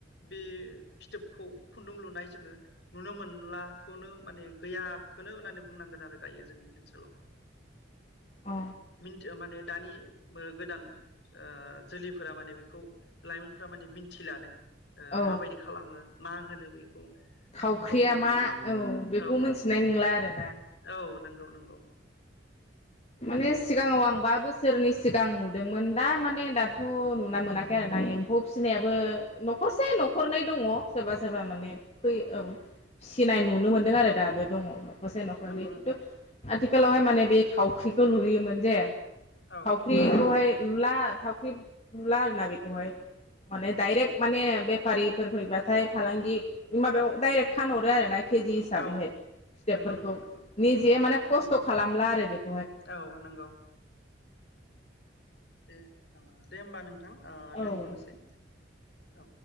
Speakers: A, on the left (about 60°); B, on the left (about 35°).
A: बि फिथोबखौ खुन्दुं लुनाय जोङो नुनो मोनलाखौनो माने गैयाखोनो होननानै बुंनांगोन आरो दायो जोंनि ओनसोलाव
B: अ
A: मिन माने दानि बो गोदान ओ जोलै फोरा माने बेखौ लाइमोनफोरा माने मिन्थिलानो। ओ
B: औ
A: माबायदि खालामो मा होनो बैखौ
B: थावख्रिया
A: थावख्रिखौ
B: मा औ बेखौ
A: औ
B: मोनथि नाय नंला आरो।
A: औ नों गौ नंगौ।
B: माने सिगाङाव आं बा बोसोरनि सिगां नुदोंमोन दा माने दाथ' नुना मोनाखै आरो ना एम्फौ फिनायाबो न'खरसे न'खरनै दङ। सोरबा सोरबा माने
A: नंगौ
B: फै औ फिसिनाय नुनो मोनदों आरो दाबो दङ दं? न'खरसे न'खरनै
A: नंगौ नोंथां
B: थु आथि खालावहाय माने बि थावख्रिखौ लुयोमोन जे
A: औ
B: थावख्रिखौहाय लुला थावख्रि लुला आरो ना बेखौहाय माने दाइरेक
A: औ नंगौ
B: माने बेफारि फोर फैबाथाय फालांगि माबायाव डाइरेक्ट फानहरो आरो ना। केजि हिसाबैहाय
A: औ
B: फिथोबफोरखौ
A: नंगौ नोंथां नंगौ
B: निजे माने खस्थ' खालामला आरो बे
A: औ नंगौ। दे अ दे होमबा नों थां
B: औ
A: दोन्थ'नोसै। औ।